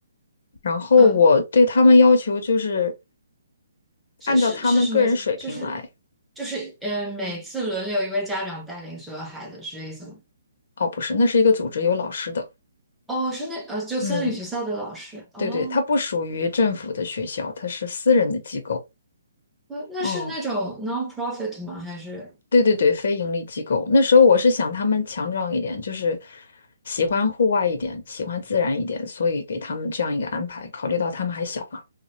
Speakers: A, on the left; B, in the centre.
A: 然后我对他们要求就是
B: 嗯。是是是什么意思？
A: 按照他们个人水平来。
B: 就是就是嗯、呃每次轮流一位家长带领所有孩子，是这意思吗？
A: 哦，不是，那是一个组织，有老师的。
B: 哦，是那呃，就森林学校的老师哦，
A: 嗯，对对，它不属于政府的学校，它是私人的机构。
B: 那那是那种
A: 嗯，
B: non-profit 吗？还是
A: 对对对，非盈利机构。那时候我是想他们强壮一点，就是喜欢户外一点，喜欢自然一点，所以给他们这样一个安排。考虑到他们还小嘛，